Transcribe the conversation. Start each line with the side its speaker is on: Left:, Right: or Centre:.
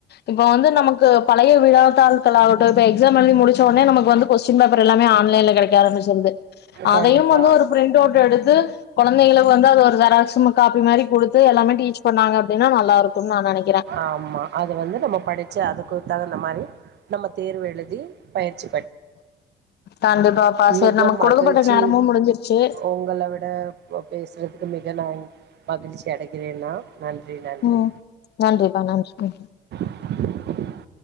Left: இப்ப வந்து நமக்கு பழைய விழாத்தாள்கள் ஆகட்டும் இப்ப எக்ஸாம் எழுதி முடிச்ச ஒடனே நமக்கு வந்து கொஸ்ஸின் பேப்பர் எல்லாமே ஆன்லைன்ல கெடைக்க ஆரம்பிச்சிருது அதையு
Right: கண்டிப்பா
Left: வந்து ஒரு பிரிண்ட் அவுட் எடுத்து குழந்தைங்களுக்கு வந்து அது ஒரு ஜெராக்ஸ்ம் காப்பி மாரி கொடுத்து எல்லாமே டீச் ப்ப ணாங்க அப்டின்னா நல்ல இருக்கும்னு நா நெனேக்
Right: ஆமா அது வந்து நம்ம படிச் சா அதுக்கு தகுந்த மாரி நம்ம தேர்வு எழுதி பயிற்சி
Left: கண்டிப்பாப்பா சரி
Right: மிக
Left: நமக்கு
Right: மகிழ்ச்சி
Left: கொடுக்கப்பட்ட நேரமும் முடிஞ்சிருச்சு
Right: உங்கள விட பேசுறதுக்கு மிக நன் மகிழ்ச்சி கெடகிரேனா நன்றி நன்றி
Left: ம் நன்றிப்பா நன்றி நன்றி
Right: <inaudible>